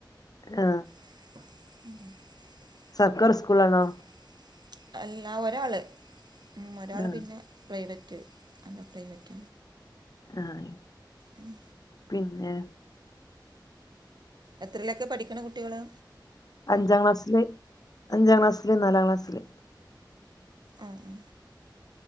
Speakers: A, on the left; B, on the right.
A: ആഹ്.
B: <inaudible> <inaudible>
A: സർക്കാർ സ്കൂളാണോ?
B: <unintelligible> അല്ലാ ഒരാള് ഉം ഒരാള്
A: ആഹ്
B: പിന്നെ പ്രൈവറ്റ് എന്താ പ്രൈവറ്റ.
A: ആഹ്.
B: ഉം.
A: പിന്നെ?
B: എത്രയിലൊക്കെ പഠിക്ക്ണ് കുട്ടികള്?
A: അഞ്ചാ ക്ലാസ്സില്, അഞ്ചാക്ലാസ്സില് നാലാ ക്ലാസ്സില്.
B: ആഹ് ആ.